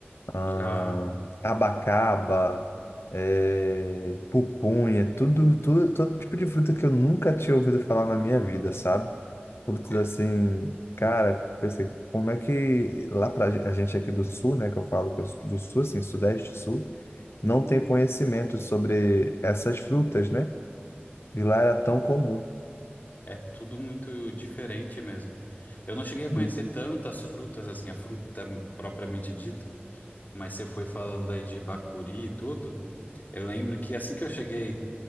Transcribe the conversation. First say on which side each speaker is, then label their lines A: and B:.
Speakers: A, on the left (about 80°); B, on the left (about 45°).
A: ah,
B: Já
A: abacaba, eh, pupunha, tudo, tudo, todo tipo de fruta que eu nunca tinha ouvido falar na minha vida, sabe? Frutas
B: é
A: assim, cara, pensei, como é que lá pra gen- a gente aqui do sul, né, que eu falo que eu sou do sul, assim, sudeste, sul, não tem conhecimento sobre essas frutas, né? E lá era tão comum.
B: é tudo muito diferente mesmo. Eu não cheguei a conhecer
A: Uhum,
B: tantas frutas, assim, a fruta propriamente dita, mas você foi falando aí de bacuri e tudo. Eu lembro que assim que eu cheguei